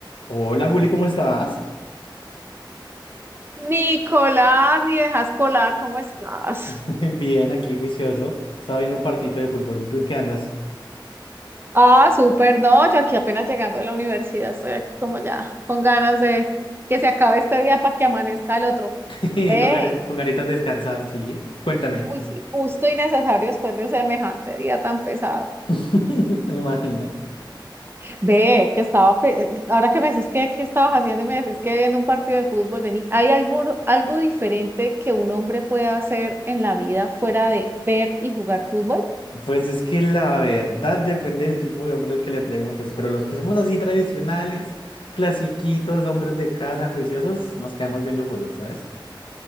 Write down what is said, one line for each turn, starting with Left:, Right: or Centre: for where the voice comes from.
Left: Hola Juli, ¿cómo estás?
Right: Nicolás, mi dejas colar, ¿cómo estás?
Left: <laughs> Bien, aquí juicioso. Estaba viendo un partito de fútbol. ¿Y tú en qué andas?
Right: Ah, súper, no, yo aquí apenas llegando de la universidad, estoy aquí como ya con ganas de que se acabe este día para que amanezca el otro.
Left: <laughs>
Right: Ve,
Left: Con, gani- con ganitas de descansar, sí. Cuéntame.
Right: uy, sí, justo y necesario después de semejante día tan pesado.
Left: <laughs> Me imagino.
Right: Ve, que estaba, pe- ahora que me decís que, que estabas haciendo y me decís que viendo un partido de fútbol, vení, ¿hay algo, algo diferente que un hombre pueda hacer en la vida fuera de ver y jugar fútbol?
Left: Pues es que la verdad depende del tipo de hombre al que le preguntes, pero los que somos así tradicionales, clasiquitos, hombres de casa, juiciosos, nos quedamos viendo fútbol, ¿sabes?